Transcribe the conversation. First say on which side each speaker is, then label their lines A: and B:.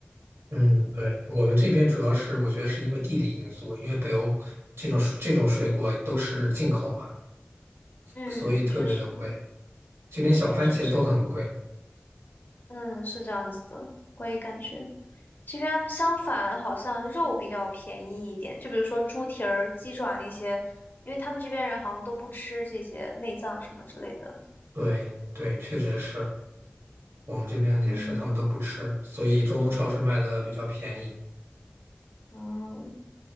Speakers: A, on the right; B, on the left.
A: 嗯，对，我们这边主要是我觉得是因为地理因素，因为北欧这种这种水果都是进口嘛，
B: 嗯，
A: 所以特别的贵，
B: 确实
A: 就连小番茄都很贵。
B: 确实是嗯，是这样子的，我也感觉这边相反，好像肉比较便宜一点。就比如说猪蹄儿、鸡爪那些，因为他们这边人好像都不吃这些内脏什么之类的。
A: 对对，确实是我们这边也是，
B: 嗯
A: 他们都不吃，所以中东超市卖的比较便宜。
B: 嗯，